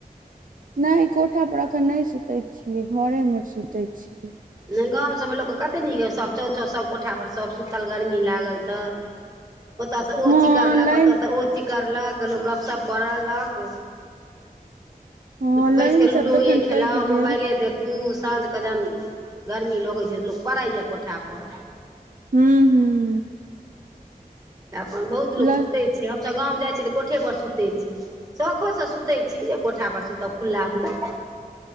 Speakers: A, on the right; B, on the right.
A: नइ कोठा पर अखन नइ सुतै छियै घरे म सुतै छियै
B: नइ गाँव सभमे लोकके कतेक निक सभ चौ चौ सभ कोठा पर सभ सुतल गर्मी लागल तऽ ओतऽ सँ ओ
A: हँ
B: चीकरलक
A: लाइन
B: ओतऽ सँ ओ चीकरलक कहलहुँ गपशप करलक
A: हँ
B: बैस
A: लाइन
B: कऽ लूडोए
A: सब जखन
B: खेलाउ
A: कटि गेल
B: मोबाइले देख खूब साँझ कऽ जहन गरमी लगै छै त लोक पड़ैए कोठापर
A: हूँ हूँ
B: तऽ अपन बहुत लोक
A: ल
B: सुतै छै हमसभ गाम जाइत छी तऽ कोठेपर सुतै छै शौखो से सुतै छी जे कोठा पर सुतब खुल्लामे